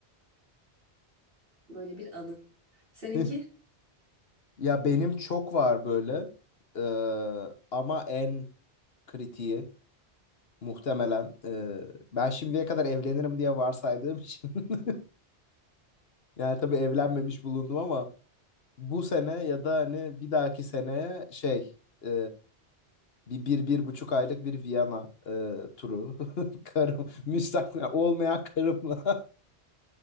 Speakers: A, on the right; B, on the left.
A: Böyle bir anı. Seninki?
B: <laughs> Ya benim çok var böyle. Ee, ama en kritiği muhtemelen e, ben şimdiye kadar evlenirim diye varsaydığım için <laughs> yani tabii evlenmemiş
A: <laughs>
B: bulundum ama bu sene ya da hani bir dahaki seneye şey e, bir, bir, bir buçuk aylık bir Viyana e, turu <laughs> karım müstakil olmayan karımla <laughs>